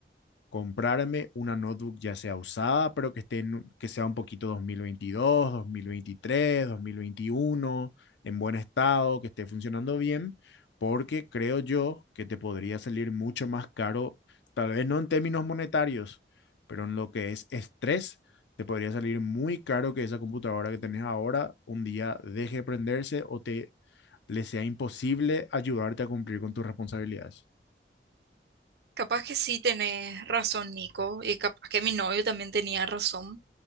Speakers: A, on the left; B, on the right.
A: comprarme una notebook ya sea usada, pero que esté en- que sea un poquito 2022, 2023, 2021, en buen estado, que esté funcionando bien, porque creo yo que te podría salir mucho más caro, tal vez no en términos monetarios, pero en lo que es estrés, te podría salir muy caro que esa computadora que tenés ahora un día deje de prenderse o te le sea imposible ayudarte a cumplir con tus responsabilidades.
B: Capaz que sí tenés razón, Nico, y capaz que mi novio también tenía razón,